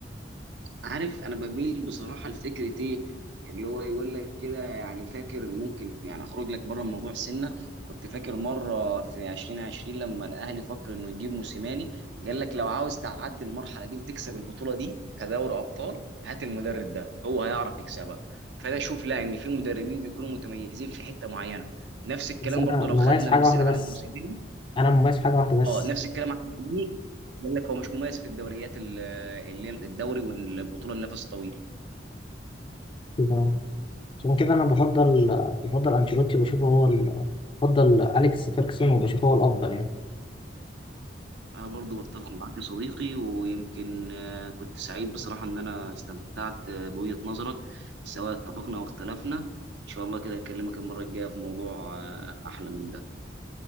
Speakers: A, on the right; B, on the left.
A: عارف انا بميل بصراحه لفكره ايه اللي هو يقول لك كده يعني فاكر ممكن يعني اخرج لك بره الموضوع سنه كنت فاكر مره في 2020 لما الاهلي فكر انه يجيب موسيماني قال لك لو عاوز تعدي المرحله دي وتكسب البطوله دي كدوري ابطال هات المدرب ده هو هيعرف يكسبها فانا اشوف لا ان في مدربين بيكونوا متميزين في حته معينه نفس الكلام
B: بس أنا
A: برضو لو
B: مميز
A: خدنا
B: في حاجة
A: المثال
B: واحدة
A: على
B: بس
A: موسيماني
B: أنا مميز في حاجة واحدة بس
A: اه نفس الكلام على موسيماني قال لك هو مش مميز في الدوريات ال- اللي هي الدوري والبطوله النفس الطويل
B: يبقى عشان كده انا بفضل بفضل انشيلوتي وبشوفه هو ال... بفضل اليكس فيركسون وبشوفه هو الافضل يعني
A: انا برضو بتفق معاك يا صديقي ويمكن آه، كنت سعيد بصراحة ان انا استمتعت آه، بوجهة نظرك سواء اتفقنا او اختلفنا ان شاء الله كده اكلمك المرة الجاية في موضوع آه، احلى من ده